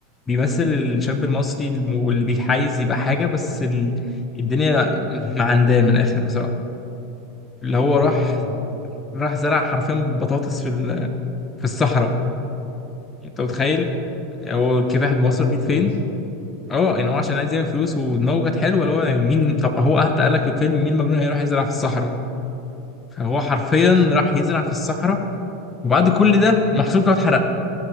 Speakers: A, on the left; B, on the left.
A: بيمثل الشاب المصري الم- واللي بيحايز يبقى حاجه بس ال... الدنيا معنداه من الاخر بصراحه اللي هو
B: الدنيا
A: راح
B: مش مساعدة أوي
A: راح زرع حرفيا بطاطس في ال... في الصحراء يعني انت متخيل هو الكفاح
B: الدنيا
A: بيوصل
B: عارف كام
A: بيه
B: <laughs> فلوس
A: لفين اه يعني هو عشان عايز يعمل فلوس ودماغه كانت حلوه اللي هو يعني مين طب هو حتى قال لك في الفيلم مين المجنون هيروح يزرع في الصحراء هو حرفيا راح يزرع في الصحراء وبعد كل ده المحصول بتاعه اتحرق